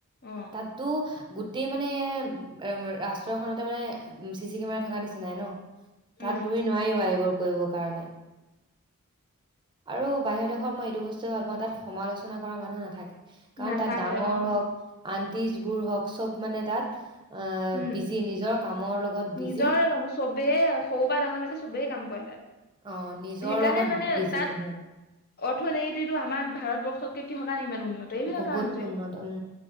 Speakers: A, on the left (about 45°); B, on the right (about 20°).
A: অ',
B: <unintelligible> তা তো গোটেই মানে, এ, ৰাষ্ট্ৰ এখনতে মানে, চিচি কেমেৰা থকা নিচিনাই ন'।
A: উম,
B: তাত তুমি, নোৱাৰিবা এইবোৰ কৰিবৰ কাৰণে। আৰু বাহিৰৰ দেশত মই, এইটো বস্তুৱে ভাল পাওঁ! তাত সমালোচনা কৰা মানুহ নাথাকে। কাৰণ,
A: নাথাকে
B: তাত ডাঙৰ
A: অ',
B: হওঁক, আন্টিছবোৰ হওঁক, চব মানে, তাত আঁ
A: উম,
B: বিজি, নিজৰ কামৰ লগত বিজি।
A: নিজৰ কাম চবেই সৰু পৰা ডাঙৰলৈকে চবেই কাম কৰে তাত।
B: অ নিজৰ
A: সেইকাৰণে
B: লগত
A: মানে
B: বিজি
A: তাত
B: তেহেত।
A: অৰ্থনীতিটো আমাৰ ভাৰতবৰ্ষতকে কিহৰ কাৰণে ইমান উন্নত। এইবিলাক
B: বহুত
A: কাৰণতে
B: উন্নত উম